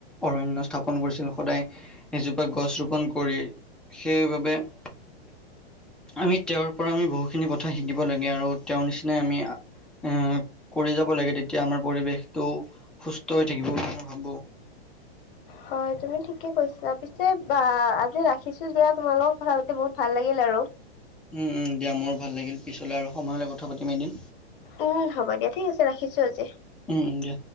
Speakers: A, in the centre; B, on the left.
A: অৰণ্য স্থাপন কৰিছিল। সদায় এজোপা গছ ৰোপন কৰি সেইবাবে <inaudible> আমি তেওঁৰ পৰা আমি বহুখিনি কথা শিকিব লগীয়া, আৰু তেওঁৰ নিচিনাই আমি আ, এক কৰি যাব লাগে তেতিয়া আমাৰ পৰিৱেশটো সুস্থ হৈ থাকিব বুলি মই ভাবো।
B: হয় তুমি ঠিকে কৈছা। পিছে বা আজি ৰাখিছো দিয়া তোমাৰ লগত কথা পাতি বহুত ভাল লাগিল। আৰু।
A: উম উম, দিয়া মোৰ ভাল লাগিল। পিছলে আৰু সময় হ'লে কথা পাতিম এদিন।
B: উম হ'ব দিয়া ঠিক আছে, ৰাখিছো আজি।
A: উম, উম, দিয়া।